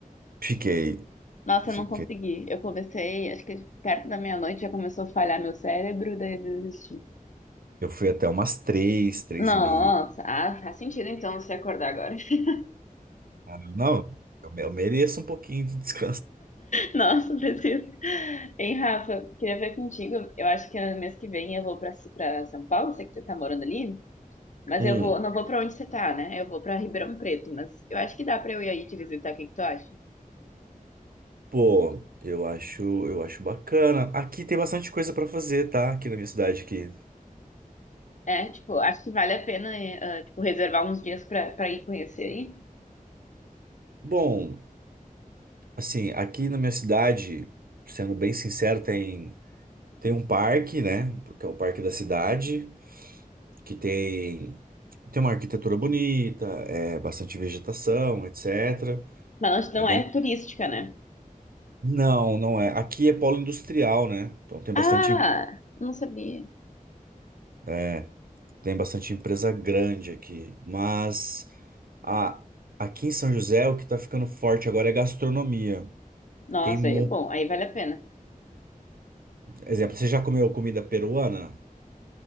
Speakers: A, on the right (about 80°); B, on the left (about 55°).
A: Fiquei,
B: Nossa,
A: fiquei.
B: eu não consegui. Eu comecei, acho que perto da meia-noite já começou a falhar meu cérebro, daí eu desisti.
A: Eu fui até umas três, três
B: Nossa,
A: e meia.
B: ah, faz sentido então você acordar agora. <laughs>
A: Ah, Não, eu, eu mereço um pouquinho de descanso.
B: Nossa, preciso. Hein, Rafa, queria ver contigo. Eu acho que mês que vem eu vou pra, pra São Paulo, sei que você tá morando ali, mas
A: Hum,
B: eu vou, não vou pra onde você tá, né? Eu vou pra Ribeirão Preto, mas eu acho que dá pra eu ir aí te visitar, o que que tu acha?
A: pô, eu acho, eu acho bacana. Aqui tem bastante coisa para fazer, tá? Aqui na minha cidade aqui.
B: É, tipo, acho que vale a pena, eh, ah, tipo, reservar uns dias pra, pra ir conhecer aí.
A: Bom, assim, aqui na minha cidade, sendo bem sincero, tem Tem um parque, né? Que é o parque da cidade, que tem, tem uma arquitetura bonita, é bastante vegetação, etc.
B: Mas
A: É
B: não não
A: bem.
B: é turística, né?
A: Não, não é. Aqui é polo industrial, né? Então tem
B: Ah,
A: bastante.
B: não sabia.
A: É, tem bastante empresa grande aqui. Mas a, aqui em São José, o que tá ficando forte agora é gastronomia.
B: Nossa,
A: Tem muito.
B: aí é bom, aí vale a pena.
A: Exemplo, você já comeu comida peruana?